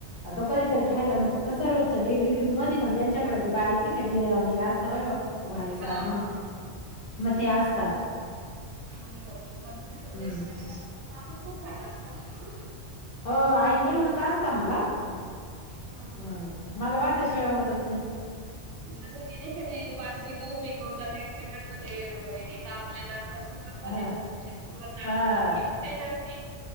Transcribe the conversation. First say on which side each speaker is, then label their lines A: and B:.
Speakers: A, on the left; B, on the right.
A: तो कधीतरी खायला मग तसं रोजच्या डेली यूज मध्ये, पग त्यांच्याकडे ते बारीक नाही का जिरा्यावा आणि रास्त बघा. वय
B: हा
A: सार म्हणून
B: हा हा.
A: म ते असतात.
B: अरे बाप रे. <unintelligible>
A: हम्म.
B: खूप खात असणार.
A: हो आईकडूनच असत मला.
B: हा हा हा.
A: हम्म. मला भातशिवाय होतच नाही.
B: जस की नाही का ते? बाजरी गाव पी गवता त्यांच्याकडनं ते येत आपल्याला तस मध्ये
A: हा.
B: मग तुमच्यातल पण
A: हा
B: कंटिन्यूच येत असतील?